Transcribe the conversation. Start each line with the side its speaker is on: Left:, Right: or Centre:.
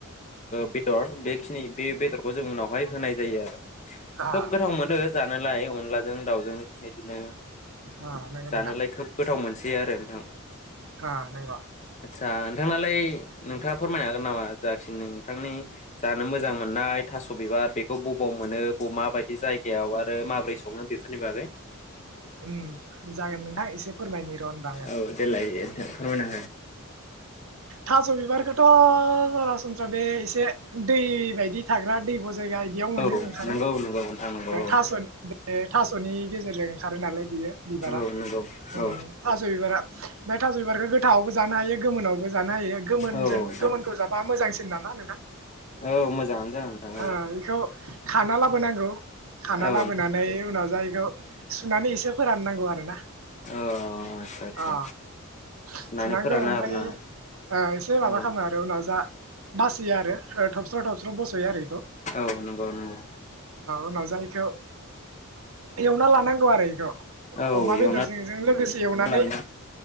Left: बेदर बेखिनि बे बेदरखौ जों उनावहाय होनाय जायो आरो
Right: ओ
Left: खोब गोथाव मोनो जानोलाय अनलाजों दाउजों बिदिनो
Right: ओ नंगौ
Left: जानोलाय
Right: नोंथां
Left: खोब गोथाव मोनसै आरो नोंथां
Right: हा नायबा
Left: आदसा नोंथांनालाय नोंथाङा फोरमायनो हागोन नामा जाखि नोंथांनि जानो मोजां मोननाय थास' बिबार बेखौ बबाव मोनो बबे माबायदि जायगायाव आरो माबोरै सङो बेफोरनि बागै
Right: जागोन नोंथां एसे फोरमायनि र' होनबा आंङो
Left: औ देलाय नोंथां फोरमायना
Right: थास' बिबारखौ थ' सरासनस्रा बे एसे दै बायदि था ग्रा दैब' जायगा बिदियाव
Left: हो
Right: मोनो
Left: औ
Right: ओंखारो
Left: नंगौ नंगौ नोंथां नंगौ औ
Right: थासन बे थास'नि गेजेरजों ओंखारो नालाय बियो बिबारा
Left: औ नंगौ
Right: ओम
Left: औ
Right: थास' बिबारा ओमफ्राय थास' बिबारखौ गोथाङावबो जानो हायो गोमोनावबो जानो हायो गोमोन
Left: औ नोंथां
Right: गोमोनखौ जाबा मोजांसिन नामा <unintelligible> ओ
Left: औ मोजाङानो जागोन नोंथां औ
Right: बेखौ खाना लाबोनांगौ खाना
Left: औ
Right: लाबोनानै
Left: औ
Right: उनाव जा बेखौ सुनानै एसे फोराननां <unintelligible>
Left: आदसा आदसा सुनानै
Right: सुनांगौ
Left: फोरानो
Right: ओमफ्राय
Left: आरोना
Right: एसे माबा
Left: औ
Right: खालामो आरो उनाव जा बासियो आरो थबस्र थस्र' बस'यो आरो बेखौ
Left: औ नंगौ नंगौ
Right: उनाव जायखौ एयावना लानांगौ आरो आरो बेखौ
Left: औ
Right: अमा बेदरजोंजों
Left: एवना
Right: लोगोसे एवनानै
Left: लायोना